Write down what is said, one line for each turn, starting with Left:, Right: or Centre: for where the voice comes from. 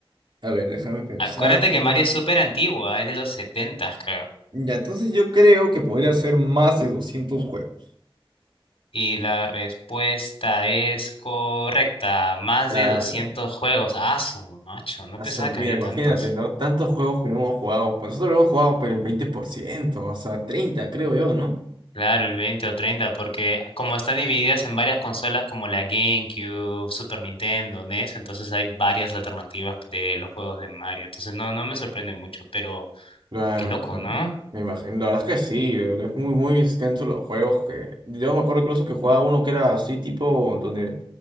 Right: A ver, déjame pensarlo.
Left: Acuérdate que Mario es súper antigua, es de los 70, creo.
Right: Ya, entonces yo creo que podría ser más de 200 juegos.
Left: Y la respuesta es correcta, más
Right: Claro.
Left: de 200 juegos. Ah, su macho, no
Right: Hasta-
Left: pensaba
Right: Mira,
Left: que había
Right: imagínate,
Left: tantos.
Right: ¿no? Tantos juegos que no hemos jugado. Pues nosotros hemos jugado por el veinte por ciento o sea, 30 creo yo, no
Left: Claro, el 20 o 30, porque como están divididas en varias consolas como la GameCube, Super Nintendo, NES, entonces hay varias alternativas de los juegos de Mario. Entonces no, no me sorprende mucho, pero
Right: Claro,
Left: qué loco,
Right: claro.
Left: ¿no?
Right: Me imagino. La verdad es que sí, eh, es muy, muy extenso los juegos que. Yo me acuerdo incluso que jugaba uno que era así, tipo, donde,